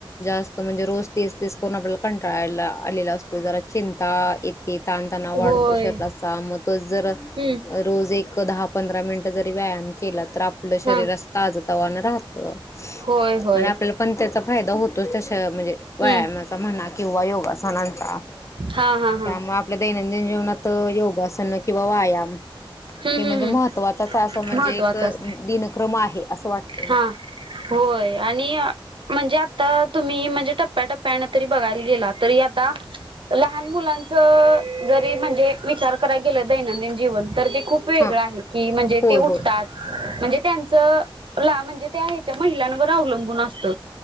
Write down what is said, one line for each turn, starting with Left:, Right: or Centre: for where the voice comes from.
Left: जास्त म्हणजे रोज तेच तेच करून आपल्याला कंटाळायला यलेला -आलेला असतो जरा चिंता ये- ते ताणतणा
Right: होय
Left: वाढतो शरीराचा, मग तोच जर
Right: हम्म
Left: रोज एक- दहा पंधरा मिनिटं जरी व्यायाम केला, तर आपलं शरीर
Right: हा
Left: असं ताज तवानं राहतं.
Right: होय होय
Left: आणि आपल्याला पण त्याचा फायदा होतोच त्याशा म्हणजे व्यायामाचा
Right: हम्म
Left: म्हणा किंवा योगा- सनांचा
Right: हा हा हा
Left: त्यामुळे
Right: हम्म
Left: आपल्या दैनंदिन- ेवत योगासन किंवा व्यायाम
Right: हम्म
Left: हे म्हणजे
Right: हम्म
Left: महत्त्वाचा असं म्हणजे
Right: महत्त्वाचं
Left: क
Right: असतं
Left: दिनक्रम आहे असं वाटतं
Right: हा होय आणि म्हणजे आता तुम्ही म्हणजे टप्प्याटप्प्यानं तरी बघायला गेला तरी आता लहान मुलांच जरी म्हणजे विचार करायला गेलं दैनंदिन जीवन तर ते खूप वेगळं
Left: हा
Right: आहे की म्हणजे
Left: होय
Right: ते उठतात
Left: होय
Right: म्हणजे त्यांचं ला म्हणजे ते हच्या महिलांवर अवलंबून असत